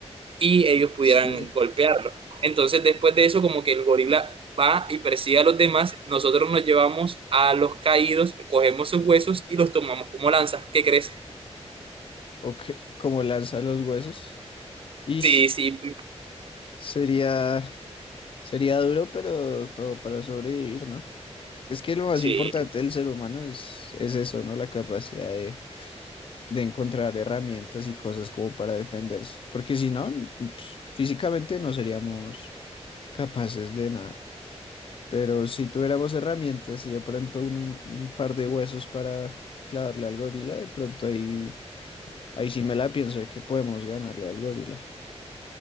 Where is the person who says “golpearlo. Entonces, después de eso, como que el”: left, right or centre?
Right